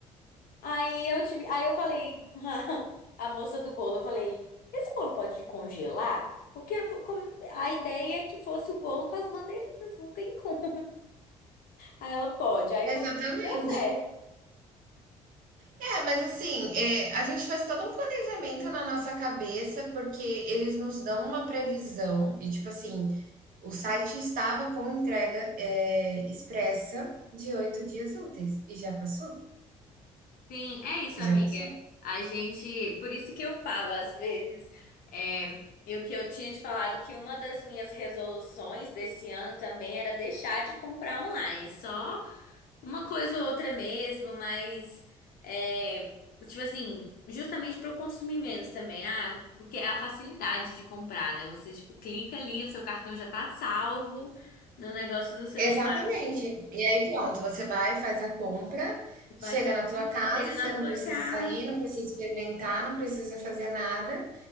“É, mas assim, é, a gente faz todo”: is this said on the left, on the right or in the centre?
Right